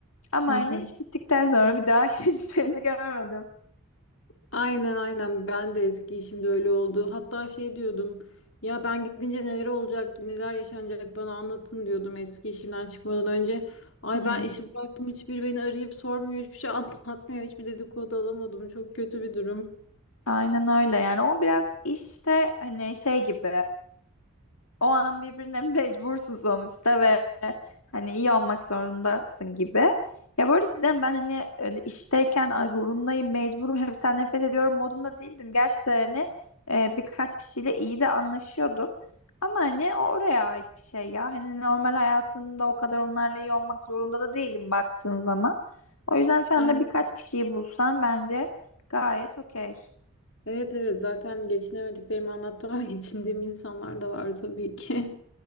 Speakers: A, on the left; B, on the left.
A: Ama
B: Hı hı.
A: yine iş bittikten sonra bir daha <laughs> hiçbirini görmedim.
B: Aynen aynen ben de eski işimde öyle oldu. Hatta şey diyordum ya ben gidince neler olacak neler yaşanacak bana anlatın diyordum eski işimden çıkmadan önce. Ay
A: Hmm,
B: ben işi bıraktım hiçbir beni arayıp sormuyor hiçbir şey <laughs> anlatmıyor hiçbir dedikodu alamadım çok kötü bir durum.
A: aynen öyle yani o biraz işte hani şey gibi O an birbirine <laughs> mecbursun sonuçta ve hani iyi olmak zorundasın gibi. Ya bu arada cidden ben hani öyle işteyken ay zorundayım, mecburum, hepsinden nefret ediyorum modunda değildim. Gerçi hani e, birkaç kişiyle iyi de anlaşıyordum. Ama hani o oraya ait bir şey ya. Hani normal hayatında o kadar onlarla iyi olmak zorunda da değilim baktığın zaman. O yüzden sen
B: Aynen.
A: de birkaç kişiyi bulsan bence gayet okey.
B: Evet evet zaten geçinemediklerimi anlattım ama <laughs> geçindiğim insanlar da var tabii ki.